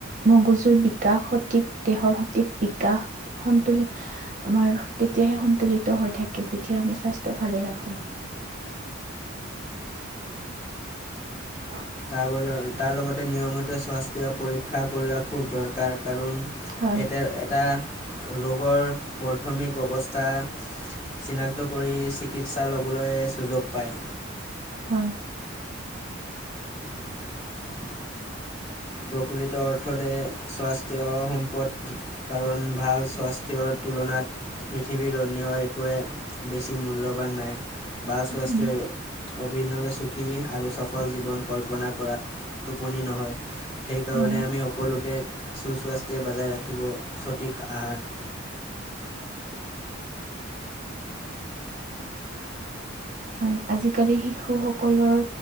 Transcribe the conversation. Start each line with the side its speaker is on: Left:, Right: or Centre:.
Right: মগজুৰ বিকাশ সঠিক, দেহৰ সঠিক বিকাশ সন্তুলিত আমাৰ তেতিয়াহে সন্তুলিত হৈ থাকে, যেতিয়া আমি স্বাস্থ্য ভালে ৰাখোঁ। <inaudible>
Left: তাৰ লগতে নিয়মিত স্বাস্থ্য পৰীক্ষা কৰোৱা খুব দৰকাৰ। কাৰণ
Right: হয়,
Left: এটা এটা ৰোগৰ প্ৰথমিক অৱস্থা। চিনাক্ত কৰি চিকিৎসা ল'বলৈ সুযোগ পায়।
Right: হয়।
Left: <inaudible> প্ৰকৃত অৰ্থৰে স্বাস্থ্য সম্পদ কাৰণ ভাল স্বাস্থ্যৰ তুলনাত পৃথিৱীৰ অন্য একোৱে বেছি মূল্যৱান নাই বা স্বাস্থ্য।
Right: উম,
Left: অভিনৱে সুখী আৰু সফল জীৱন কল্পনা কৰা টোপনি নহয়। সেইকাৰণে
Right: হয়।
Left: আমি সকলোকে সুস্বাস্থ্য বজাই ৰাখিব, সঠিক আহাৰ
Right: হয়, আজিকালি শিশু সকলৰ